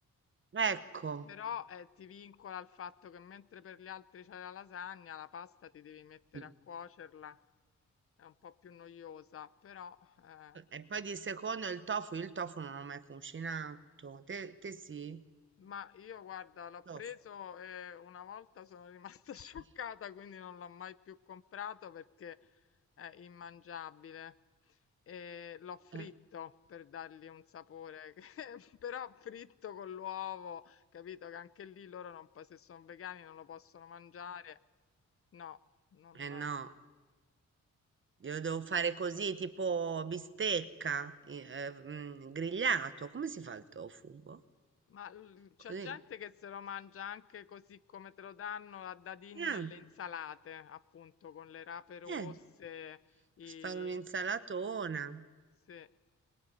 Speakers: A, on the right; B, on the left.
A: ecco.
B: Però eh, ti vincola il fatto che mentre per gli altri c'è la lasagna, la pasta ti devi mettere
A: Mm,
B: a cuocerla, è un po' più noiosa, però eh,
A: E poi di secondo il tofu, io il tofu non l'ho mai cucinato. Te, te sì?
B: Ma io guarda, l'ho
A: Tofu.
B: preso e una volta sono rimasta <laughs> scioccata,
A: <laughs>
B: quindi non l'ho mai più comprato perché è immangiabile. E l'ho fritto
A: Eh.
B: per dargli un sapore, <laughs> che- però fritto con l'uovo, capito? Che anche lì loro non, po- se sono vegani non lo possono mangiare. No, non.
A: Eh no, io devo fare così, tipo bistecca, i- eh, mm, grigliato. Come si fa il tofu? Boh,
B: Ma l- c'è
A: Così.
B: gente che se lo mangia anche così come te lo danno a dadini
A: Eh,
B: nelle insalate, appunto, con le rape rosse,
A: eh,
B: i-
A: posso fare un'insalatona.
B: sì.